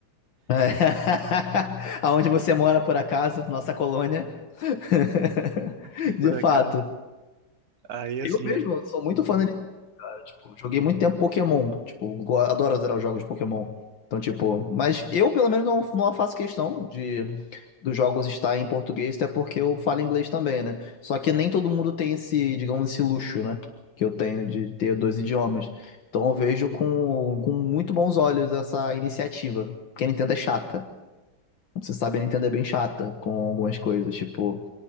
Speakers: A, on the left; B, on the right.
A: <laughs> Aonde você mora, por acaso, nossa colônia. <laughs>
B: E por
A: De fato.
B: acaso. Aí assim,
A: Eu mesmo sou muito fã da Nintendo, cara. Tipo, joguei muito tempo Pokémon. Tipo, go- adoro zerar os jogos de Pokémon. Então, tipo, mas eu pelo menos não, não faço questão de dos jogos estar em português, até porque eu falo inglês também, né? Só que nem todo mundo tem esse, digamos, esse luxo, né? Que eu tenho de ter dois idiomas. Então eu vejo com, com muito bons olhos essa iniciativa. Porque a Nintendo é chata. Você sabe, a Nintendo é bem chata com algumas coisas, tipo,